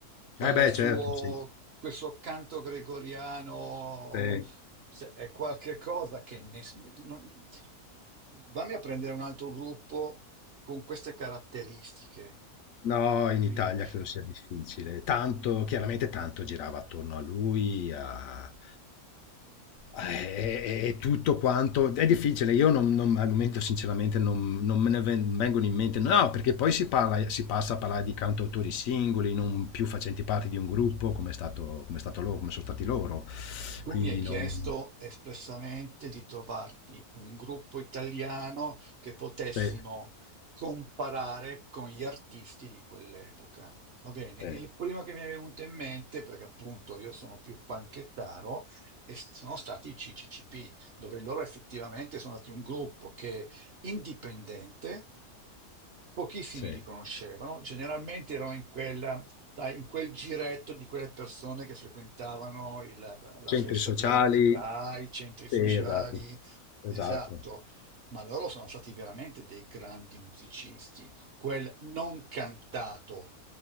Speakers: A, on the right; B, on the left.
A: quel
B: Eh beh,
A: suo,
B: certo, sì.
A: quel suo canto gregoriano
B: Sì.
A: se è qualche cosa che ness- non- Vammi a prendere un altro gruppo con queste caratteristiche,
B: No,
A: capisci?
B: in Italia credo
A: eh?
B: sia difficile. Tanto, chiaramente tanto girava attorno a lui, a- e, e- e tutto quanto è difficile. Io non- non- al momento, sinceramente, non, non me ne ven- vengono in mente. No, perché poi si parla, si passa a parlare di cantautori singoli, non più facenti parte di un gruppo, come è stato, come è stato loro, come sono stati loro.
A: Tu
B: Quindi
A: mi hai chiesto
B: non.
A: espressamente di trovarti un gruppo italiano che potessimo
B: Sì,
A: comparare con gli artisti di quell'epoca. Va bene,
B: sì,
A: il
B: eh,
A: primo che mi è venuto in mente, perché appunto io sono più panchettaro, e sono stati i CCCP, dove loro effettivamente sono stati un gruppo che indipendente Pochissimi
B: sì.
A: li conoscevano, generalmente erano in quella, sai, in quel giretto di quelle persone che frequentavano il- la
B: Centri
A: festa
B: sociali.
A: dell'unità, i centri
B: Sì,
A: sociali,
B: esatto. Esatto.
A: esatto, ma loro sono stati veramente dei grandi musicisti. Quel non cantato,